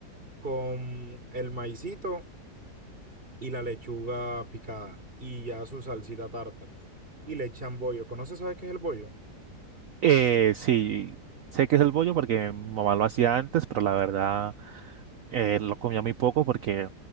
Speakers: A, on the right; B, on the right.
A: con el maicito y la lechuga picada y ya su salsita tártara. Y le echan bollo. ¿Conoces, sabes qué es el bollo?
B: Eh, sí, sé que es el bollo porque mi mamá lo hacía antes, pero la verdad eh, lo comía muy poco porque